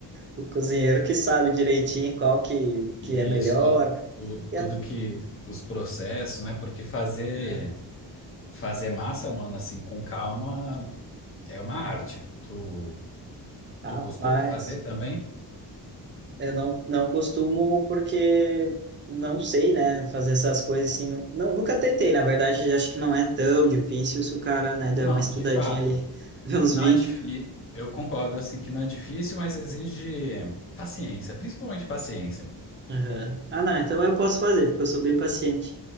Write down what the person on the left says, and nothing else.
E
isso, to- o-
tudo
que os processos, né? Porque fazer
fazer massa, mano, assim com calma é uma arte.
Tu
tu costuma fazer também?
Não,
de fato.
Não
é difícil. Eu concordo assim que não é difícil, mas exige paciência, principalmente paciência.